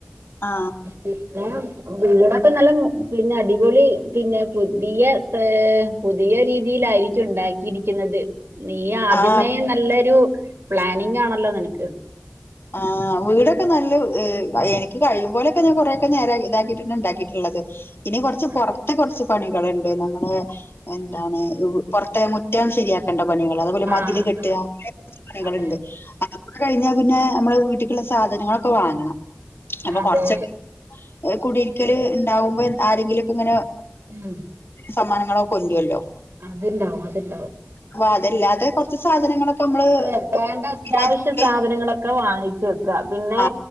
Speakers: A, on the left; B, on the right.
A: ആ
B: പിന്നെ വീടൊക്കെ നല്ല പിന്നെ അടിപൊളി പിന്നെ പുതിയ പ് പുതിയ രീതിയിലായിരിക്കും ഉണ്ടാക്കിയിരിക്കുന്നത് ന്നത് നീ ആദ്യമേ
A: ആ
B: നല്ലൊരു പ്ലാനിങ് ആണല്ലോ നിനക്ക്
A: ആഹ് വീടൊക്കെ നല്ല എനിക്ക് കഴിയുമ്പോലൊക്കെ ഞാൻ കൊറെയൊക്കെ നേരെ ഇതാക്കിട്ടെ ഉണ്ടാക്കിയിട്ടുള്ളു ഇനി കുറച്ച്
B: അതെ
A: പുറത്തെ കുറച്ച് പണികളുണ്ട് നമ്മളെ എന്താണ് പുറത്തെ മുറ്റം ശരിയാക്കണ്ട പണികൾ അത്പോലെ
B: ആ
A: മതില് കെട്ടുക
B: ആ
A: കുറച്ച് പണികളുണ്ട്
B: അതെ അതെ
A: അത് കൂടെ കഴിഞ്ഞ പിന്നെ നമ്മള് വീട്ടിക്കുള്ള സാധനങ്ങളൊക്കെ വാങ്ങണം അപ്പൊ
B: അതെ
A: കൊറച്ചൊക്കെ കുടീരിക്കല് ഉണ്ടാകുമ്പോ ആരെങ്കിലും ഇക്ക ഇങ്ങനെ
B: മ്മ്
A: സമ്മാനങ്ങളൊക്കെ കൊണ്ടുല്ലോ
B: അത്ണ്ടാവും അതുണ്ടാവും
A: അപ്പൊ അതല്ലാതെ കുറച്ച് സാധനങ്ങളൊക്കെ നമ്മള്
B: അതെ വേണ്ട അത്യാവശ്യ
A: സ്ഥിരായിട്ട്
B: സാധനങ്ങളൊക്കെ വാ ങ്ങിച്ചു വെക്കുക പിന്നെ
A: ആ